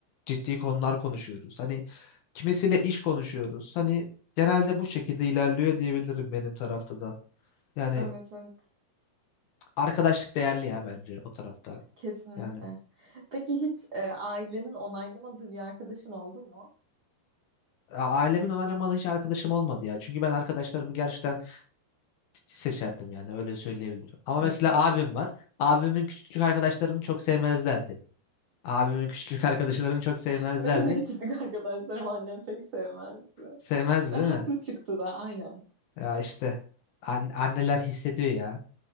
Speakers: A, on the left; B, on the right.
A: ciddi konular konuşuyoruz. Hani kimisiyle iş konuşuyoruz. Hani genelde bu şekilde ilerliyor diyebilirim benim tarafta da. Yani
B: Evet evet.
A: arkadaşlık değerli ya bence o tarafta.
B: Kesinlikle.
A: Yani
B: Peki hiç e, ailenin onaylamadığı bir arkadaşın oldu mu?
A: A- Ailemin onaylamadığı hiç arkadaşım olmadı ya. Çünkü ben arkadaşlarımı gerçekten titiz seçerdim yani öyle söyleyebilirim. Ama
B: Hmm.
A: mesela abim var. Abimin küçüklük arkadaşlarını çok sevmezlerdi. Abimin küçüklük arkadaşlarını çok sevmezlerdi.
B: Benim de küçüklük arkadaşlarım annem pek sevmezdi.
A: Sevmezdi
B: Ve haklı
A: değil mi?
B: çıktı da aynen.
A: Ya işte an- anneler hissediyor ya.